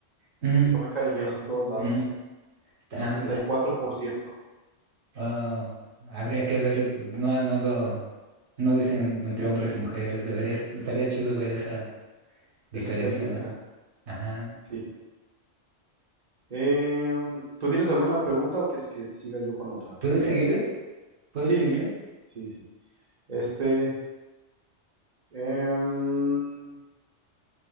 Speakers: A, on the right (about 65°); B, on the right (about 40°).
A: Mm,
B: que sea muy cariñoso en todos lados.
A: mm. Tan-
B: sesenta y cuatro por ciento
A: ah, oh, habría que ver, no, no lo, no dicen entre hombres y mujeres. Debería, est- estaría chido ver esa
B: esa
A: Diferencia,
B: estadística.
A: ¿no? Ajá.
B: Sí. Em, ¿tú tienes alguna pregunta o quieres que siga yo con otra?
A: ¿Puedes seguirle? ¿Puedes
B: Sí,
A: seguirle?
B: sí, sí. Este, em,